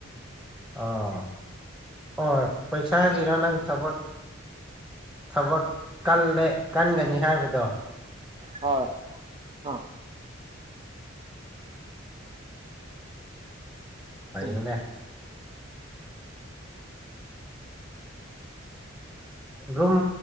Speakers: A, in the centre; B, on the right.
A: ꯑꯥ ꯑꯣ ꯄꯩꯁꯥꯒꯤꯔ
B: ꯍꯣꯏ
A: ꯅꯪ ꯊꯕꯠ ꯊꯕꯛ ꯀ ꯀꯟꯒꯅꯤ ꯍꯥꯏꯕꯗꯣ
B: ꯍꯣꯏ ꯑ
A: ꯐꯩꯅꯦ
B: ꯍꯝ
A: ꯔꯨꯝ